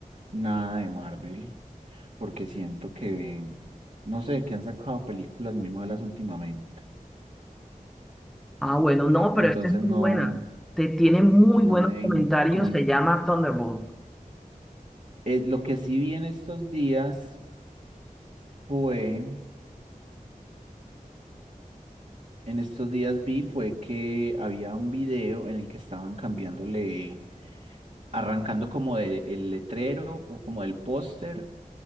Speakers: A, on the right (about 55°); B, in the centre.
A: nada de Marvel. porque siento que, no sé, que han sacado películas muy malas últimamente.
B: Ah, bueno, no,
A: Entonces
B: pero esta es muy
A: no,
B: buena. Te tiene muy
A: no
B: buenos
A: me,
B: comentarios.
A: in- como, in-
B: Se llama Thunderbolt,
A: eh, lo que sí vi en estos días fue, en estos días vi fue que había un video en el que estaban cambiándole, arrancando como de- el letrero o como el póster,